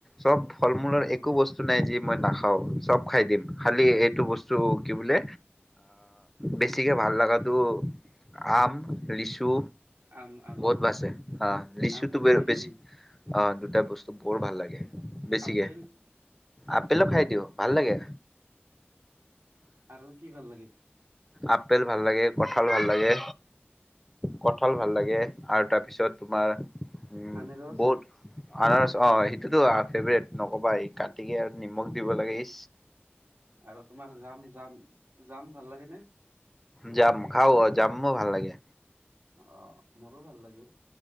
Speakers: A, in the centre; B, on the right (about 85°).
A: চব ফল মূলৰ একো বস্তু নাই যি মই নাখা। চব খাই দিম, খালী এইটো বস্তু কি বোলে বেছিকৈ ভাল লগাটো আম, লিচু,
B: আম আম
A: বহুত বাছে। অ' লিচুটো
B: আম
A: বৰ
B: লিচু
A: বেছি, অ' টা বস্তু বৰ ভাল লাগে, বেছিকে
B: আপেল,
A: আপেলো খাই দিওঁ, ভাল লাগে,
B: আৰু কি ভাল লাগে?
A: আপেল ভাল লাগে কঠাল ভাল লাগে কঠাল ভাল লাগে আৰু তাৰপিছত তোমাৰ উম
B: আনাৰস
A: বহুত আনাৰ অ সেইটোতো ফেভৰেট নকবা এই কাটিক আৰু নিমখ দিব লাগে ই
B: আৰু তোমাৰ যাম যাম যাম ভাল লাগে নে
A: যাম খাও যাম ভাল লাগে
B: অ মোৰো ভাল লাগিল